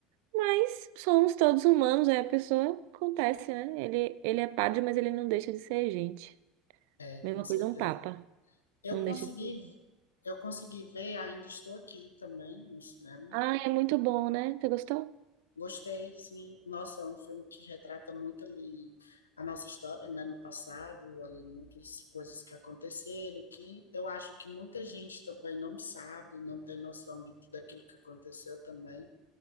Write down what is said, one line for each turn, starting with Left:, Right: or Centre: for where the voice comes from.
Right: mas somos todos humanos, aí a pessoa acontece, né? Ele, ele é padre, mas ele não deixa de ser gente.
Left: É,
Right: Mesma
Left: com certeza.
Right: coisa um papa,
Left: Eu
Right: não
Left: consegui,
Right: deixa de ser
Left: eu consegui ver, ainda estou aqui também no cinema.
Right: Ah, é muito bom, né? Você gostou?
Left: Gostei, sim. Nossa, é um filme que retrata muito ali a nossa história, né, no passado, ali muitas coisas que aconteceram, que eu acho que muita gente também não sabe, não tem noção de tudo aquilo que aconteceu também.